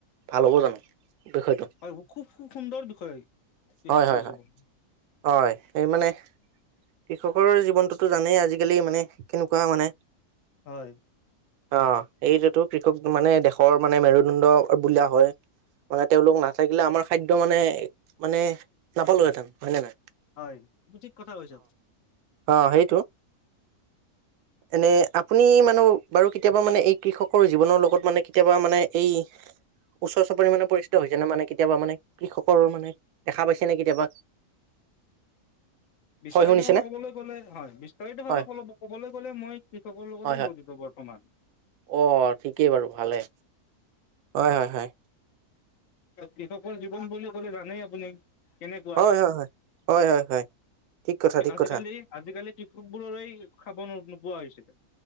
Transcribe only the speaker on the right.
ভাল হ'ব জানোঁ, বিষয়টো?
হয় হয় হয়
হয়! মানে কৃষক কৰ জীৱনটোতো জানেই আজিকালি মানে কেনেকুৱা মানে,
অ' এইটোয়েতো। কৃষক মানে দেশৰ মানে মেৰুদণ্ড বোলা হয়। মানে তেওঁলোক না। থাকিলে আমাৰ খাদ্য মানে। মানে নাপালোহেতেন। হয় নে নহয়।
অঁ সেইটো এনে আপুনি মানে বাৰু কেতিয়াবা মানে এই কৃষকৰ জীৱনৰ লগত মানে কেতিয়াবা মানে এই। ওচৰ চুপুৰ মানে পৰিচিত হৈছে ন মানে কেতিয়াবা মানে কৃষকৰ মানে দেখা পাইছে নে কেতিয়াবা
হয় শুনিছেনে।
হয়।
হয় হয়,
অ ঠিকেই বাৰু ভালে। হয়, হয়, হয়।
হয় হয় হয়, হয় হয় হয়, ঠিক কথা ঠিক
কথা।